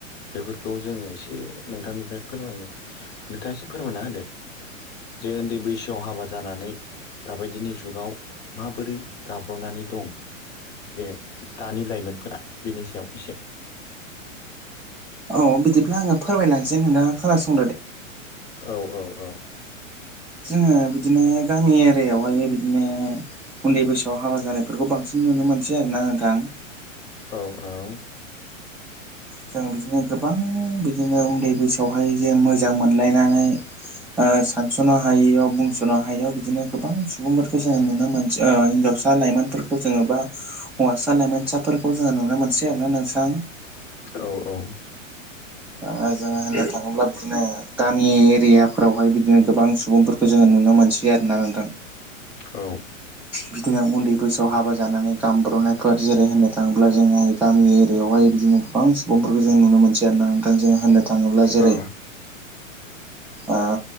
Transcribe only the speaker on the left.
बेफोरखौ जोङो एसे नोंथांनिफ्राय फोरमाय नोंथाङा एसे फोरमायना होद जे उन्दै बैसोआव हाबा जानानै दाबादिनि जुगाव माबोरै गाब्र'नानै दं जे दानि लाइमोनफोरा बेनि सायाव एसे
औ औ औ।
औ औ।
औ औ।
औ
औ